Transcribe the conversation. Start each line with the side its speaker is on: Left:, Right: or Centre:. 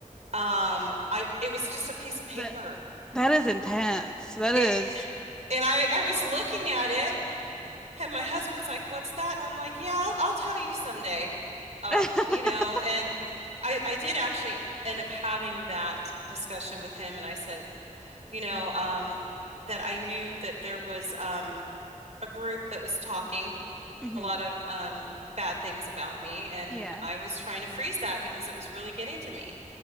Right: Um, I it was just a piece of paper.
Centre: That that is intense. That
Right: It
Centre: is-
Right: and I I was looking at it and my husband's like, "What's that?" And I'm like, "Yeah, I'll, I'll tell you someday." Uh,
Centre: <laughs>
Right: you know, and I I did actually end up having that discussion with him and I said you know, um, that I knew that there was um, a group that was talking
Centre: Mhm.
Right: a lot of um, bad things about me. And
Centre: Yeah.
Right: I was trying to freeze that because it was really getting to me.